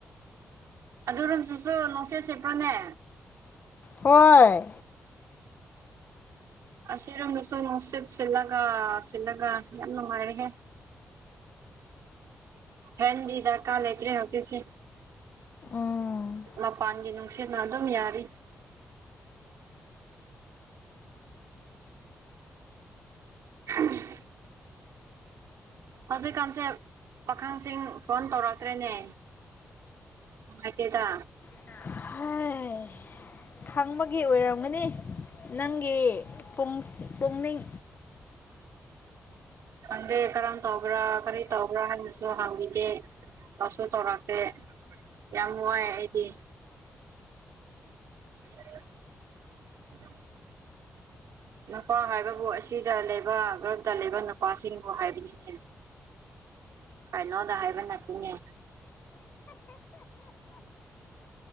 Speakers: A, on the right; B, on the left.
A: ꯑꯗꯨꯔꯣꯝꯁꯨꯁꯨ ꯅꯨꯡꯁꯤꯠ ꯁꯤꯠꯄ꯭ꯔꯣꯅꯦ
B: ꯍꯣꯏ
A: ꯑꯁꯤꯔꯣꯝꯗꯁꯨ ꯅꯨꯡꯁꯤꯠ ꯁꯤꯜꯂꯒ ꯁꯤꯜꯂꯒ ꯌꯥꯝ ꯅꯨꯡꯉꯥꯏꯔꯦꯍꯦ ꯍꯦꯟꯗꯤ ꯗꯔꯀꯥꯔ ꯂꯩꯇ꯭ꯔꯦ ꯍꯧꯖꯤꯛꯁꯦ
B: ꯎꯝ
A: ꯃꯄꯥꯟꯒꯤ ꯅꯨꯡ ꯅꯨꯡꯁꯤꯠꯅ ꯑꯗꯨꯝ ꯌꯥꯔꯤ ꯎꯝ ꯍꯧꯖꯤꯛꯀꯥꯟꯁꯦ ꯄꯥꯈꯪꯁꯤꯡ ꯐꯣꯟ ꯇꯧꯔꯛꯇ꯭ꯔꯦꯅꯦ ꯅꯨꯡꯉꯥꯏꯇꯦꯗ
B: ꯍꯥꯏ ꯈꯪꯕꯒꯤ ꯑꯣꯏꯔꯝꯒꯅꯤ ꯅꯪꯒꯤ ꯄꯨꯡ ꯄꯨꯛꯅꯤꯡ
A: ꯈꯪꯗꯦ ꯀꯔꯝ ꯇꯧꯕ꯭ꯔ ꯀꯔꯤ ꯇꯧꯕ꯭ꯔ ꯍꯥꯏ ꯅ ꯁꯨ ꯍꯥꯡꯕꯤꯗꯦ ꯇꯧꯁꯨ ꯇꯧꯔꯛꯇꯦ ꯌꯥꯝ ꯋꯥꯏ ꯑꯩꯗꯤ <unintelligible> ꯅꯨꯄꯥ ꯍꯥꯏꯕꯕꯨ ꯑꯁꯤꯗ ꯂꯩꯕ ꯒ꯭ꯔꯨꯞꯇ ꯂꯩꯕ ꯅꯨꯄꯥꯁꯤꯡꯕꯨ ꯍꯥꯏꯕꯤꯅꯤꯅꯦ ꯀꯥꯏꯅꯣꯗ ꯍꯥꯏꯕꯅꯠꯇꯦꯅꯦ